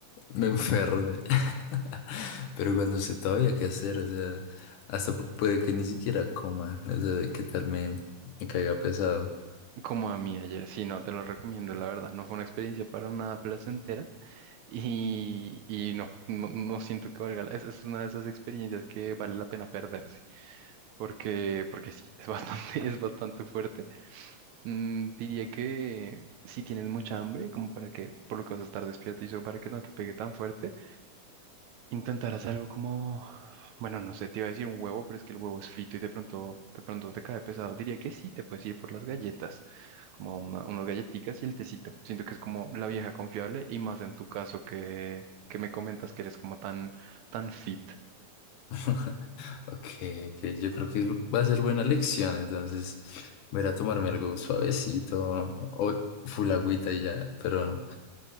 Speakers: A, on the left; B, on the right.
A: me enferme. <laughs> Pero cuando no sé todavía qué hacer, o sea, hasta pu- puede que ni siquiera coma, o sea, qué tal me, me caiga pesado.
B: Como a mí ayer, sí, no, te lo recomiendo, la verdad, no fue una experiencia para nada placentera y, y no, no, no siento que valga la, es, es una de esas experiencias que vale la pena perderse. porque, porque sí, es bastante, <laughs> es bastante fuerte. Mm, diría que si tienes mucha hambre, como para que, por lo que vas a estar despierto y eso, para que no te pegue tan fuerte, intentarás algo como, bueno, no sé, te iba a decir un huevo, pero es que el huevo es frito y de pronto, de pronto te cae pesado. Diría que sí, te puedes ir por las galletas, como una- unas galletitas y el tecito. Siento que es como la vieja confiable y más en tu caso que, que me comentas que eres como tan, tan fit.
A: <laughs> Ok, ok, yo creo que va a ser buena lección, entonces voy a ir a tomarme algo suavecito o full agüita y ya, pero